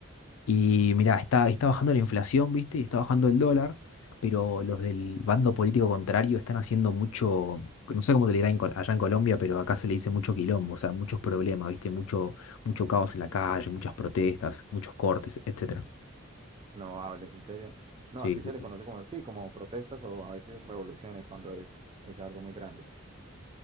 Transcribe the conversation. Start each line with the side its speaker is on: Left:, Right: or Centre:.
Left: Y mirá, está, está bajando la inflación, ¿viste? Está bajando el dólar, pero los del bando político contrario están haciendo mucho, no sé cómo te le dirán en Col- allá en Colombia, pero acá se le dice mucho quilombo, o sea, muchos problemas, ¿viste? Mucho, mucho caos en la calle, muchas protestas, muchos cortes, etcétera.
Right: No hables, en serio. No,
Left: Sí,
Right: aquí
Left: sí,
Right: se le
Left: sí.
Right: conoce como, sí, como protestas o a veces revoluciones cuando es, es ya algo muy grande.